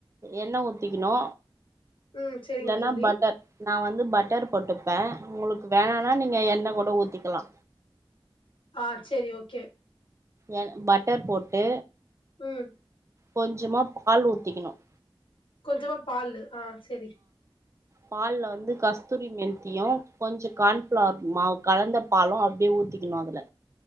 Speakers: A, on the right; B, on the left.
A: என்ன ஊத்திக்கிணு
B: ம் சேரிங்க
A: இல்லன்னா
B: தோழி
A: பட்டர் நா வந்து பட்டர் போட்டுப்பே உங்ளுக் வேணனா நீங்க எண்ண கூட ஊத்திக்கலா
B: ஆஹ் செரி ஓகே
A: என் பட்டர் போட்டு
B: உம்
A: கொஞ்சமா பால் ஊத்திக்கிணும்
B: கொஞ்சமா பால் ஆஹ் செரி
A: பால்ல வந்து கஸ்தூரி மேத்தியும் கொஞ்ச கான்பிளவர் மாவு கலந்த பாலும் அப்டியே ஊத்திக்கிணு அதுல